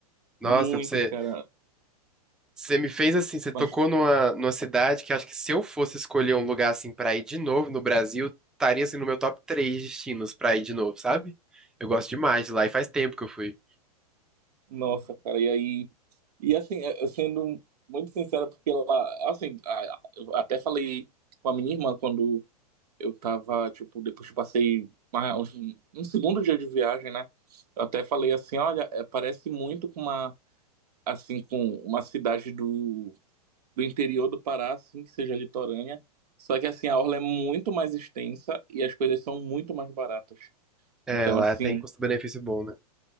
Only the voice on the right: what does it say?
muito,
cara.
Mas
Nossa, cara, e aí. E assim, eh, sendo muito sincero, porque ela. Assim, a- a- eu até falei com a minha irmã quando eu tava, tipo, depois que eu passei uma- um, um segundo dia de viagem, né? Eu até falei assim: olha, eh, parece muito com uma. Assim, com uma cidade do, do interior do Pará, assim, que seja litorânea. Só que, assim, a orla é muito mais extensa e as coisas são muito mais baratas.
Então,
assim,